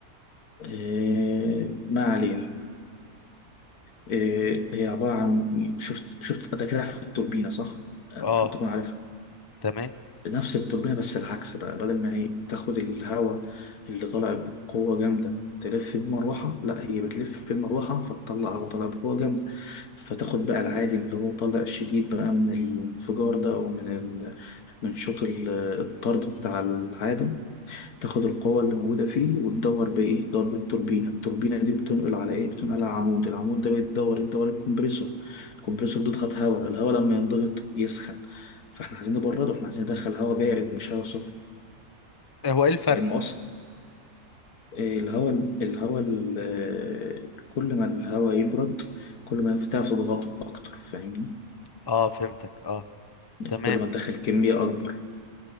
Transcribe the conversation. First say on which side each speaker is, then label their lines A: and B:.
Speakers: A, on the left (about 80°); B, on the left (about 35°).
A: إيه ما علينا إيه هي عبارة عن شفت شفت أنت كده عارف التوربينة صح؟ المفروض
B: اه
A: تكون عارفها
B: تمام
A: نفس التوربينة بس العكس بقى بدل ما هي تاخد الهواء اللي طالع بقوة جامدة تلف بيه المروحة لا هي بتلف في المروحة فتطلع هواء طالع بقوة جامدة فتاخد بقى العادي اللي هو طالع شديد بقى من الانفجار ده ومن ال من شوط ال- الطرد بتاع العادم تاخد القوة اللي موجودة فيه وتدور بإيه؟ تدور بالتوربينة، التوربينة دي بتنقل على إيه؟ بتنقل على عمود، العمود ده بيدور يدور الكمبريسور، الكمبريسور ده يضغط هواء، الهواء لما ينضغط يسخن، فإحنا عايزين نبرده، إحنا عايزين ندخل هواء بارد مش هواء سخن،
B: إيه هو ايه الفرق
A: لأن أصلا إيه، الهواء الهواء ال- كل ما الهواء يبرد كل ما ينفتح تضغطه أكتر، فاهمني؟
B: اه فهمتك اه
A: يعني
B: تمام
A: كل ما تدخل كمية أكبر.